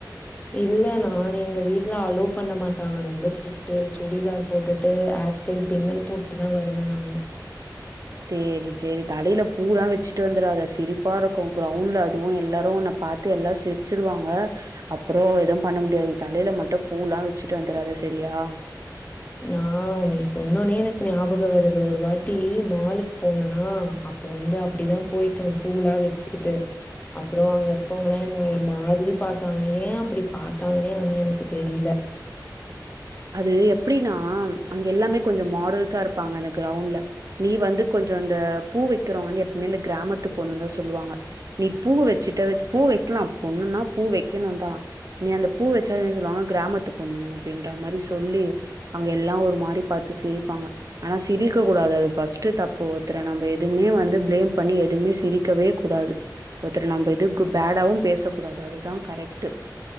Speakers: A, on the left; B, on the right.
A: இல்ல நானு எங்க வீட்டுல அலோ பண்ண மாட்டாங்க ரொம்ப ஸ்ட்ரிட்டூ சுடிதார் போட்டுட்டு ஹே ஹேர் ஸ்டைல் பின்னல் போட்டு தா வருவே நானு
B: சேரி சேரி தலையில பூ எல்லா வச்சுட்டு வந்துராதே சிரிப்பா இருக்கு கிரவுண்ட்ல அதுவு எல்லாரு உன்ன பாத்து எல்லா சிரிச்சிருவாங்க அப்புறோ எதுவு பண்ண முடியாது தலையில மட்டும் பூ எல்லா வெச்சுட்டு வந்துராதே செரியா
A: நா நீ சொன்னோனே எனக்கு ஞாபகோ வருது ஒரு வாட்டி மாலுக்கு போனன்னா அப்ப வந்து அப்டிதா போயிட்டே பூ எல்லா வெச்சுக்கிட்டு அப்புறோ அங்க இருக்கவங்களா என்ன ஒரு மாதிரி பாத்தாங்க ஏ அப்டி பாத்தாங்கன்னே ஆனா எனக்கு தெரியில
B: அது எப்டின்னா அங்க எல்லாமே கொஞ்சோ மாடல்ஸா இருப்பாங்க அந்த கிரவுண்ட்ல நீ வந்து கொஞ்சோ அந்த பூ வெக்கிறவங்க வந்து எப்பவுமே இந்த கிராமத்து பொண்ணு தா சொல்லுவாங்க நீ பூவ வெச்சுட்டு பூ வெக்கலா பொண்ணுன்னா பூ வெக்கணு தா நீ அந்த பூ வச்சா என்ன சொல்லுவாங்க கிராமத்து பொண்ணு அப்டின்ற மாரி சொல்லி அங்க எல்லா ஒரு மாரி பாத்து சிரிப்பாங்க ஆனா சிரிக்கக் கூடாது அது ஃபர்ஸ்ட்டு தப்பு ஒருத்தர நம்ம எதுவுமே வந்து பிளேம் பண்ணி எதுவுமே சிரிக்கவே கூடாது ஒருத்தர நம்ம எதுக்கு பேடாவு பேசக்கூடாது அதுதா கரெக்ட்டு